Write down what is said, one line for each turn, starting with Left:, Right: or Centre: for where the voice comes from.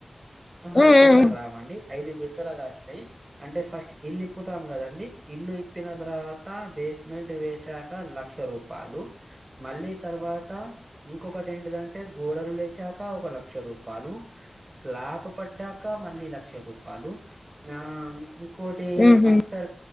Right: ఆహా
Left: ఉమ్,
Right: ఒక్కసార్ రావండి ఐదు విడతలగాస్తాయ్ అంటే ఫస్ట్ ఇల్లిప్పుతాం కదండి ఇళ్ళు ఇప్పిన తర్వాత బేస్మెంట్ వేసాక లక్ష రూపాలు మళ్ళ తర్వాత వాత ఇంకొకటి ఏంటిదంటే గోడలు లేచాక ఒక లక్ష రూపాలు స్లాప్ ఉ పడ్డాక మళ్ళీ లక్ష రూపాలు నాం ఇంకోటి
Left: ఉమ్, ఉమ్.
Right: అస్ అర్